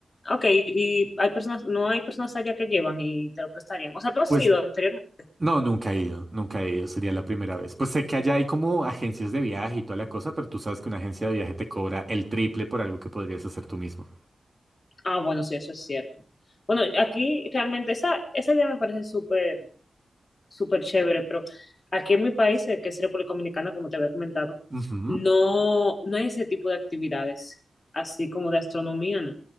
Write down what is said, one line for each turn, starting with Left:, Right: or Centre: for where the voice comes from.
Left: ok, y hay personas, no hay personas allá que llevan y te lo prestarían. O sea, tú has
Right: Pues
Left: ido anteriormente.
Right: no, nunca he ido, nunca he ido, sería la primera vez. Pues sé que allá hay como agencias de viaje y toda la cosa, pero tú sabes que una agencia de viaje te cobra el triple por algo que podrías hacer tú mismo.
Left: Ah, bueno, sí, eso es cierto. Bueno, aquí realmente esa, esa idea me parece súper súper chévere, pero aquí en mi país, eh, que es República Dominicana, como te había comentado,
Right: Ujú.
Left: no, no hay ese tipo de actividades, así como de astronomía, no.